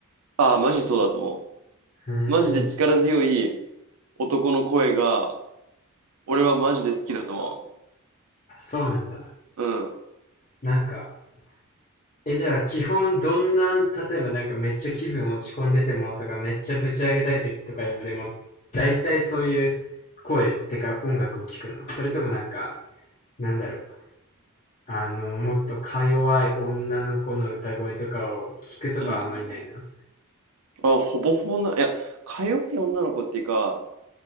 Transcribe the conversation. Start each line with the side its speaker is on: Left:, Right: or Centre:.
Right: ああ、マジそうだと思
Left: ーん。
Right: う。マジで力強い、男の声が、俺はマジで好きだと思
Left: あそうなんだ。
Right: う。うん。
Left: なんか、え、じゃあ、基本、どんな、例えばなんかめっちゃ気分落ち込んでてもとか、めっちゃぶち上げたい時とかでも、大体そういう声ってか音楽を聞くのそれともなんか、なんだろう。あの、もっとか弱い女の子の歌声とかを聞くとかはあんまりないの
Right: うん。あ、ほぼほぼな、いや、かように女の子っていうか、